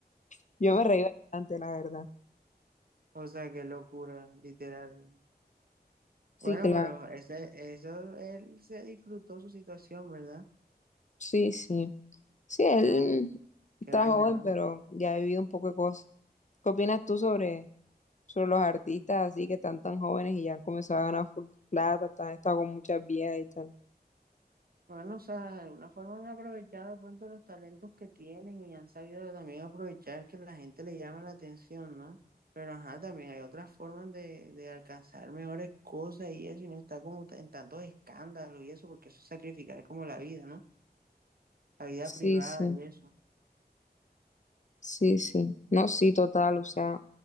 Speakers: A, on the left (about 45°); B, on the right (about 60°).
A: <laughs> yo
B: <laughs>
A: me reí bastante, la verdad.
B: O sea, qué locura, literal.
A: Sí,
B: Bueno,
A: claro.
B: pero ese, eso, él se disfrutó su situación, ¿verdad?
A: Sí, sí. Sí, él
B: No,
A: está
B: qué vaina,
A: joven,
B: ¿no?
A: pero ya ha vivido un poco de cosas. ¿Qué opinas tú sobre, sobre los artistas así que están tan jóvenes y ya han comenzado a ganar full plata, están, han estado con muchas viejas y tal?
B: Bueno, o sea, de alguna forma han aprovechado de pronto los talentos que tienen y han sabido también aprovechar que la gente le llama la atención, ¿no? Pero ajá, también hay otras formas de, de alcanzar mejores cosas y eso, y no está como en tantos escándalos y eso, porque eso es sacrificar, es como la vida, ¿no? La vida
A: Sí,
B: privada
A: sí.
B: y eso.
A: Sí, sí, no, sí, total, o sea,